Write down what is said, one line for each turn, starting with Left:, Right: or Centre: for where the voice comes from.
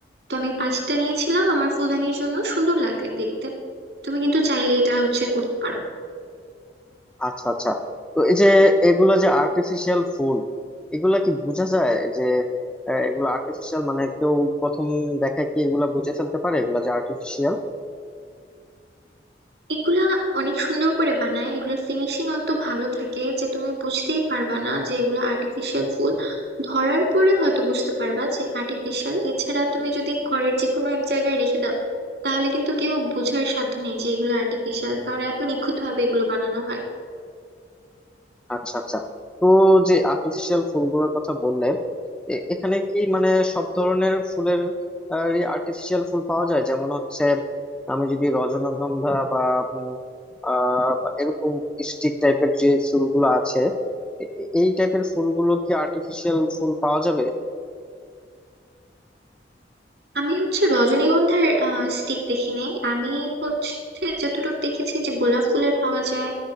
Right: তো আমি পাঁচটা নিয়েছিলাম আমার ফুলদানির জন্য সুন্দর লাগে দেখতে তুমি কিন্তু চাইলে এটা হচ্ছে করতে পারো
Centre: আচ্ছা আচ্ছা তো এই যে এগুলা যে আর্টিফিশিয়াল ফুল এগুলা কি বোঝা যায় যে আহ, এগুলো আর্টিফিশিয়াল মানে কেউ প্রথম দেখায় কি এগুলা বুঝে ফেলতে পারে এগুলা যে আর্টিফিশিয়াল
Right: এগুলা অনেক সুন্দর করে বানায় এগুলোর ফিনিশিং অত ভালো থাকে যে তুমি বুঝতেই পারবা না যে এগুলো আর্টিফিশিয়াল ফুল ধরার পরে হয়তো বুঝতে পারবা যে আর্টিফিশিয়াল এছাড়া তুমি যদি ঘরের যে কোনো এক জায়গায় রেখে দাও তাহলে কিন্তু কেউ বোঝার সাধ্য নেই যে এগুলো আর্টিফিশিয়াল কারণ এত নিখুঁত ভাবে এগুলো বানানো হয়
Centre: আচ্ছা আচ্ছা তো যে আর্টিফিশিয়াল ফুলগুলোর কথা বললে এ- এখানে কি মানে সব ধরনের ফুলের আর্টিফিশিয়াল ফুল পাওয়া যায় যেমন হচ্ছে আমি যদি রজনীগন্ধা বা উম, আহ, বা এরকম স্টিক টাইপের যে ফুলগুলো আছে এ- এ- এই টাইপের ফুলগুলো কি আর্টিফিশিয়াল ফুল পাওয়া যাবে
Right: আমি হচ্ছে রজনীগন্ধার স্টিক দেখিনি আমি হচ্ছে যতটুকু দেখেছি যে গোলাপ ফুলের পাওয়া যায়